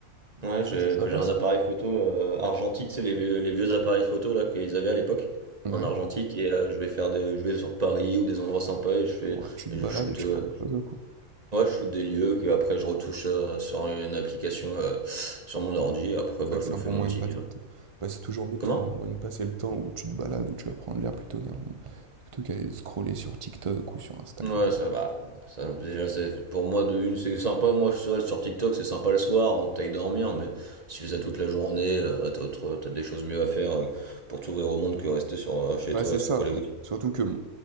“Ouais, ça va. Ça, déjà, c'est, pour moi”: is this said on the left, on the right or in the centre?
Right